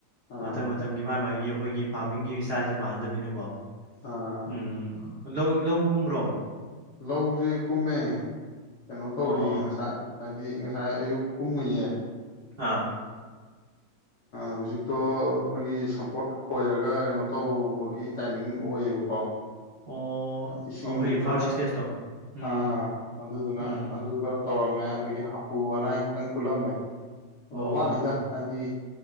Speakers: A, on the left; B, on the right.
A: ꯑꯥ
B: ꯃꯇꯝ ꯃꯇꯝꯒꯤ ꯃꯥꯒꯤ ꯃꯥꯒꯤ ꯑꯩꯈꯣꯏꯒꯤ ꯐꯥꯔꯃꯤꯡꯒꯤ ꯏꯁꯇꯥꯏꯜꯁꯦ ꯃꯥꯟꯅꯗꯕꯅꯤꯅꯀꯣ
A: ꯑꯥ ꯑꯥ
B: ꯎꯝ ꯂꯧ ꯂꯧꯀꯨꯝꯕ꯭ꯔꯣ
A: ꯂꯧꯁꯦ ꯀꯨꯝꯃꯦ ꯀꯩꯅꯣ ꯇꯧꯔꯤꯌꯦ
B: ꯑꯣ
A: ꯉꯁꯥꯏ ꯍꯥꯏꯗꯤ ꯉꯁꯥꯏ ꯑꯌꯨꯛ ꯀꯨꯝꯃꯨꯏꯌꯦ
B: ꯑꯥ
A: ꯍꯧꯖꯤꯛꯇꯣ ꯑꯩꯈꯣꯏꯒꯤ ꯁꯝꯄꯣꯔꯠ ꯈꯣꯏꯔꯒ ꯀꯩꯅꯣ ꯇꯧꯕꯒꯤ ꯇꯥꯏꯃꯤꯡ ꯑꯣꯏꯌꯦꯕꯀꯣ
B: ꯑꯣ
A: ꯏꯁꯤꯡ
B: ꯑꯩꯈꯣꯏꯒꯤ
A: ꯅꯨꯡ ꯈꯔ
B: ꯐꯥꯔꯁ ꯏꯁꯇꯦꯖꯇꯣ ꯎꯝ
A: ꯑꯥ ꯑꯗꯨꯗꯨꯅ
B: ꯎꯝ
A: ꯑꯗꯨꯒ ꯇꯧꯔꯝꯃꯦ ꯑꯗꯒꯤ ꯍꯥꯄꯨ ꯑꯅꯥꯏ ꯈꯤꯇꯪ ꯈꯨꯠꯂꯝꯃꯦ ꯑꯗꯣ
B: ꯑꯣ
A: ꯋꯥꯠꯂꯤꯗ ꯍꯥꯏꯗꯤ